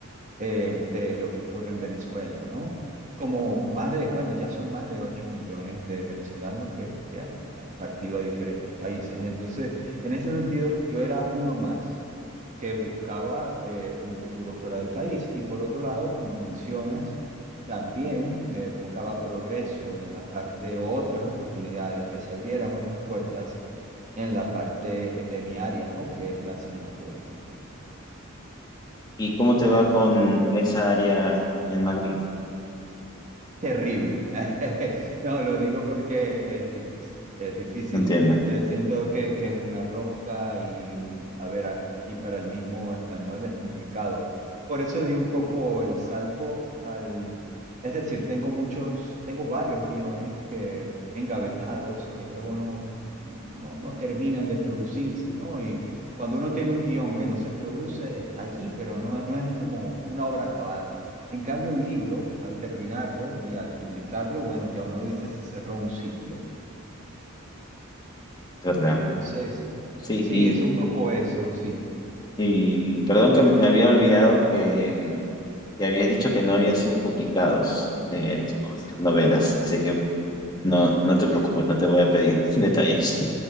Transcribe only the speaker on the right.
eh, de lo que ocurre en Venezuela, ¿no? Como más de, bueno, ya son más de ocho millones de venezolanos que, que han, han partido a diferentes países. Entonces, en ese sentido, yo era uno más que buscaba eh, un futuro fuera del país. Y por otro lado, como mencionas, también eh, buscaba progreso en la parte, otras oportunidades, que se abrieran otras puertas en la parte eh, de mi área, ¿no? Que es la cinematográfica.
Terrible. <laughs> No, lo digo porque es difícil. Es difícil.
Eh, siento que, que es una rosca y, mm, a ver, a- aquí para el mismo español es complicado. Por eso di un poco el salto al... Es decir, tengo muchos, tengo varios guiones que engavetados que luego no, no, no terminan de producirse, ¿no? Y cuando uno tiene un guión que no se produce, está allí, pero no, no es como una obra acabada. En cambio, un libro, al terminarlo y al publicarlo, bueno, ya uno dice se cerró un ciclo.
Entonces,
sí,
es un poco eso, sí.
Sí,